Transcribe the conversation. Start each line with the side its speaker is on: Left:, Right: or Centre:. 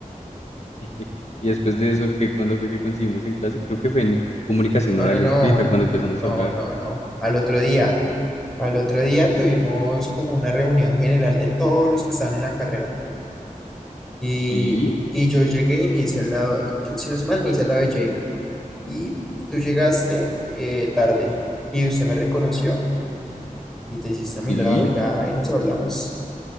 Left: <laughs> Y después de eso, ¿qué? ¿Cuándo fue que coincidimos en clase? Creo que fue en comunicación
Centre: No,
Left: oral
Centre: no, no,
Left: y escrita cuando empezamos
Centre: no,
Left: a hablar.
Centre: no, no. Al otro día, al otro día tuvimos como una reunión general de todos los que estaban en la carrera. Y,
Left: ¿Sí?
Centre: y yo llegué y me hice al lado, creo- si no se mal, me hice al lado de Jamie. Y tú llegaste eh, tarde y usted me reconoció y te hiciste a mi
Left: ¿Sí?
Centre: lado y ya, y nos hablamos.